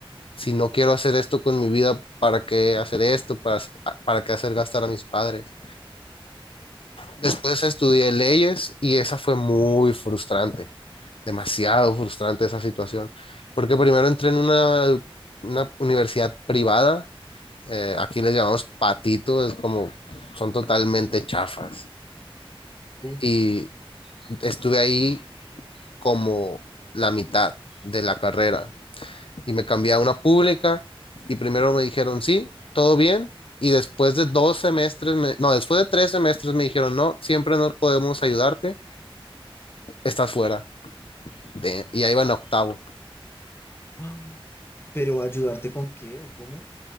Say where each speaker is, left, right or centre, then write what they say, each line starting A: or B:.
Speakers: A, on the left; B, on the left.
A: si no quiero hacer esto con mi vida, ¿para qué hacer esto? ¿Para, hace- a- para qué hacer gastar a mis padres? Después estudié leyes y esa fue muy frustrante, demasiado frustrante esa situación, porque primero entré en una, una universidad privada, eh, aquí les llamamos patito, es como, son totalmente chafas.
B: Uh.
A: Y estuve ahí como la mitad de la carrera y me cambié a una pública y primero me dijeron sí, todo bien y después de dos semestres, me- no, después de tres semestres me dijeron no, siempre no podemos ayudarte, estás fuera de- y ahí van a octavo.
B: Ah, ¿Pero ayudarte con qué o cómo?